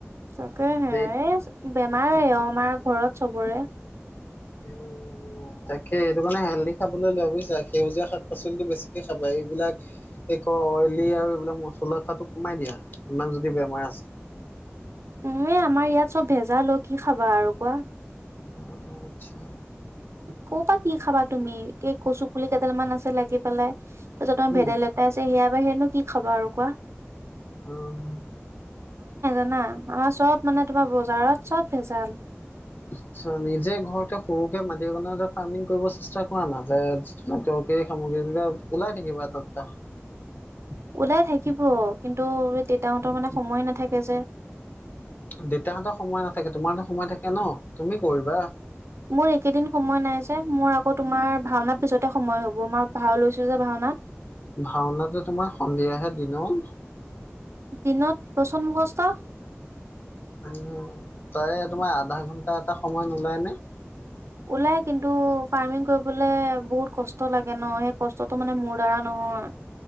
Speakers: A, on the right (about 70°); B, on the left (about 40°).
A: তাকে হে
B: দেৰিকে
A: বেমাৰে অ আমাৰ ঘৰত চবৰে।
B: অও তাকে এইটো কাৰণে হেল্ডি খাবলৈ লোৱা বুজিছা। সেউজীয়া শাক পাচলিটো বেছিকে খাবা এই এইবিলাক এই ক অইলি আৰু এইবিলাক মচলা খোৱটো কমাই দিয়া ইমান যদি বেমাৰ আছে। <inaudible>
A: উম, আমাৰ ইয়াত চব ভেজাল অ' কি খাবা আৰু কোৱা!
B: অ', অ', আছা।
A: ক'ৰপৰা কি খাবা? তুমি এই কচু পুলি কেইডাল মান আছে লাগি পেলাই, তাৰ পিছত তোমাৰ
B: উম
A: ভেদাইলতা আছে সেয়া বাহিৰেনে কি খবৰ আৰু কোৱা?
B: উম।
A: না আমাৰ চ'ব মানে তোমাৰ বজাৰত চ'ব ভেজাল
B: আচ্ছা, নিজে ঘৰতে সৰুকে মাটি কনতে ফাৰ্মিং কৰিব চেষ্টা কৰা না যে সামগ্ৰী বিলাক ওলাই থাকিবা এটা দটা <unintelligible>
A: ওলাই থাকিব। কিন্তু এই দেউতা হয় মানে সময় নাথাকে যে
B: দেউতাহঁতৰ সময় নাথাকে, তোমাৰতো সময় থাকে ন তুমি কৰিবা।
A: মোৰ এইকেদিন সময় নাই যে মোৰ আকৌ তোমাৰ ভাওনা পিছত এটা সময় হ'ব মই ভাও লৈছোঁ যে ভাওনাত।
B: ভাওনাটো তোমাৰ সন্ধিয়াহে দিনৰ
A: দিনত বচনমুখষ্টৰ
B: তাৰে তোমাৰ আধা ঘন্টা এটা সময় নোলায় নে?
A: ওলাই কিন্তু ফাৰ্মিং কৰিবলে বহুত কষ্ট লাগে ন এই কষ্টতটো মানে মোৰ দ্বাৰা নহয়।